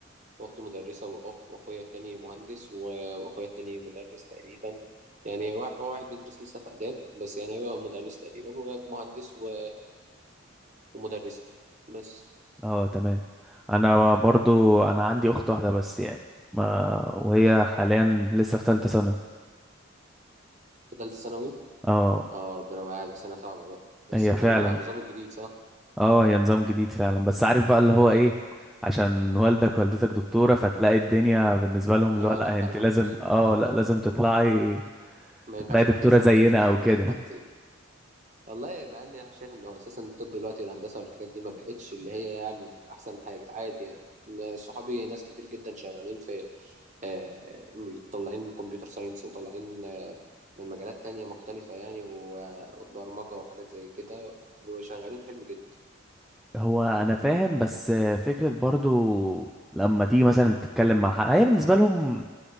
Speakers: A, on the right; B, in the centre.
A: واختي مدرسة وأخ وأخويا التاني مهندس و- وأخويا التاني مدرس تقريبا يعني وا- هو واحد بيدرس لسه في آداب بس يعني هيبقى مدرس تقريبا ومهندس و... ومدرسة بس
B: اه تمام انا برضو انا عندي اخت واحده بس يعني ما وهي حاليا لسه في ثالثه سنه
A: في تالتة ثانوي
B: اه
A: اه ربنا معايا ده سنة صعبة بقى بس
B: هي
A: تقريبا
B: فعلا
A: على النظام الجديد صح؟
B: اه هي نظام جديد فعلا بس عارف بقى اللي هو ايه عشان والدك والدتك دكتوره فتلاقي الدنيا بالنسبه لهم اللي
A: اه
B: هو لا
A: ضغط
B: انت
A: عليهم
B: لازم
A: كبير
B: اه لا لازم تطلعي
A: ما
B: تطلعي
A: ينفعش
B: دكتوره
A: حد يفوت
B: زينا او كده
A: <laughs> تحت والله مع اني انا شايف انه اساسا الطب دلوقتي والهندسه والحاجات دي ما بقتش اللي هي يعني احسن حاجه عادي يعني إن صحابي ناس كتير جدا شغالين في آه، طالعين كمبيوتر ساينس وطالعين آه، من مجالات تانية مختلفة يعني وبرمجة وحاجات زي كده وشغالين حلو جدا
B: هو انا فاهم بس فكره برضو لما تيجي مثلا تتكلم مع حد هي بالنسبه لهم